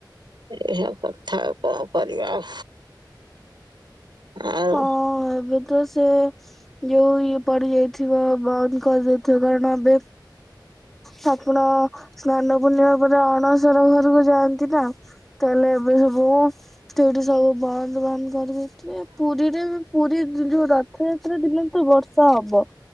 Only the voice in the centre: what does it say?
ହଁ ଏବେ ତ ସେ ଯୋଉ ଇଏ ପଡିଯାଇଥିବ, ବନ୍ଦ କରିଦେଇଥିବ, କାରଣ ଏବେ ସାପୁନ ସ୍ନାନ ପୂର୍ଣ୍ଣିମା ପରେ ଅଣସର ଘରକୁ ଯାଆନ୍ତି ତ। ତାହେଲେ ଏବେ ସବୁ ସେଠି ସବୁ ବନ୍ଦ ବାନ୍ଦ କରିଦେଇଥିବେ। ପୁରୀରେ ପୁରୀ ଯୋଉ ରଥଯାତ୍ରା ଦିନ ତ ବର୍ଷା ହବ।